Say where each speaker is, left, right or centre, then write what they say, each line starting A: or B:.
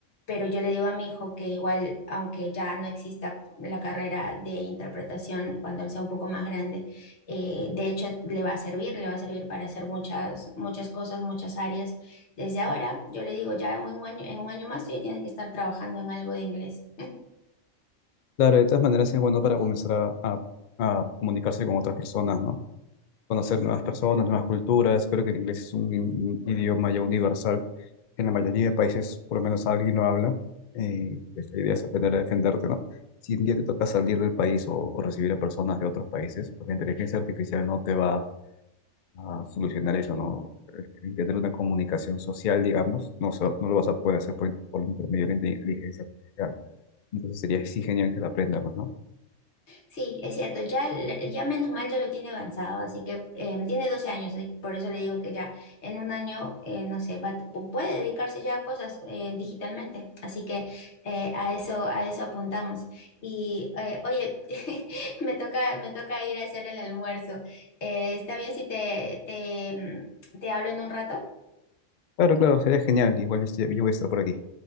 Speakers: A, on the left; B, on the left.
A: pero yo le digo a mi hijo que igual, aunque ya no exista la carrera de interpretación cuando él sea un poco más grande, eh, de hecho, le va a servir, le va a servir para hacer muchas, muchas cosas, muchas áreas. Desde ahora, yo le digo, ya en un año, en un año más tú ya tienes que estar trabajando en algo de inglés.
B: Claro, de todas maneras es bueno para comenzar a, a a comunicarse con otras personas, ¿no? conocer nuevas personas, nuevas culturas. Creo que el inglés es un, un idioma ya universal. En la mayoría de países, por lo menos alguien lo habla. Eh, pues, la idea es aprender a defenderte, ¿no? Si un día te toca salir del país o, o recibir a personas de otros países, pues la inteligencia artificial no te va a solucionar eso, ¿no? El Tener una comunicación social, digamos, no, se- no lo vas a poder hacer por, por medio de la inteligencia artificial. Entonces sería sí genial que la aprenda, pues, ¿no?
A: Sí, es cierto, ya, le- ya menos mal ya lo tiene avanzado, así que em, tiene 12 años, así- por eso le digo que ya en un año, eh, no sé, va- a- pu- puede dedicarse ya a cosas eh, digitalmente, así que eh, a eso, a eso apuntamos. Y eh, oye, <laughs> me toca, me toca ir a hacer el almuerzo. Eh, ¿está bien si te, te, mm, te hablo en un rato?
B: Claro, claro, sería genial. Igual este- yo voy a estar por aquí.